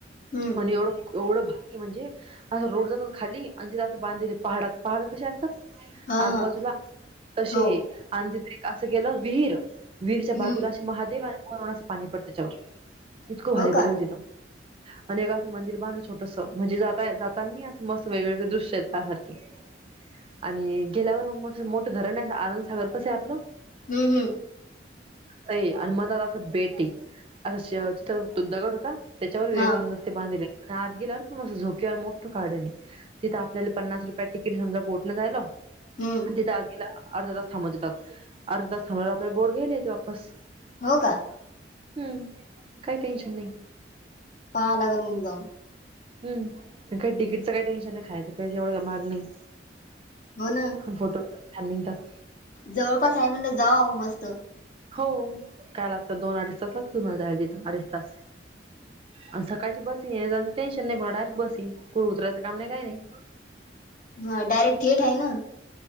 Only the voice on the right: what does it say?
आणि एवढं एवढं भारी म्हणजे असं रोड जातात खाली आणि तिथं असं बांधले पहाडात पहाड कशी असतात
आजूबाजूला
तशेय
आणि तिथे एक असं गेलं विहीर विहीर च्या
बाजूला असे महादेव वरून असं पाणी पडत त्याच्यावर इतकं भारी
करेलय
तिथं आणि एक असं मंदिर बांधल छोटसं म्हणजे जात जातानी असं मस्त वेगवेगळे दृश्य आहेत पाहण्या सारखे आणि गेल्यावर मग मोठ मोठं धरण आहे आनंदसागर कसंय आपलं
असय आणं मधात असं बेटय असं तिथं तो दगड होता त्याच्यावर विवेकानंद
ते बांधले आत गेल्यावर प मस्ं झोके आणि मोठं गार्डनय तिथं आपल्याला पन्नास रुपयाे तिकीट समजा बोटनं जायला
तिथे अगेला अर्ध त थांबवतेतात अर्धा तास थांबववर आपल्या बोर्ड गेले वापस
हम्म काही टेन्शन नाही
हम काही तिकीटचं काही टेन्शन नाही खायचं पाहिजे एवढं का महाग नाही
फोटो छान ननिघतात
हो काय लागत दोन अडीच तास लागतात तुम्हाला जाय तिथ अडीच तास आणि सकाळची बस येण्याजाण्याचं टेन्शन नाही पण डायरेक्ट बस कुठं उतरायच काम नाही काय नाही.